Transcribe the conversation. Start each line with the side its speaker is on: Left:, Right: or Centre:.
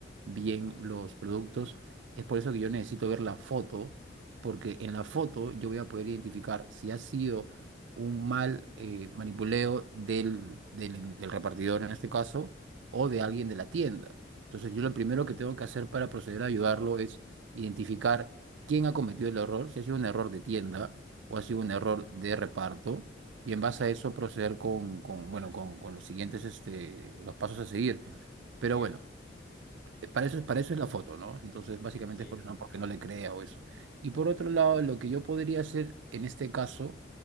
Right: bien los productos. Es por eso que yo necesito ver la foto, porque en la foto yo voy a poder identificar si ha sido un mal eh, manipuleo del, del del repartidor en este caso o de alguien de la tienda. Entonces yo lo primero que tengo que hacer para proceder a ayudarlo es identificar quién ha cometido el error, si ha sido un error de tienda o ha sido un error de reparto, y en base a eso proceder con, con, bueno, con, con los siguientes, este, los pasos a seguir.
Left: Entiendo,
Right: Pero bueno, eh, para eso,
Left: en-
Right: para eso es la foto, ¿no? Entonces, básicamente
Left: entiendo,
Right: es por eso, ¿no?
Left: entiendo.
Right: porque no le crea o eso. Y por otro lado, lo que yo podría hacer en este caso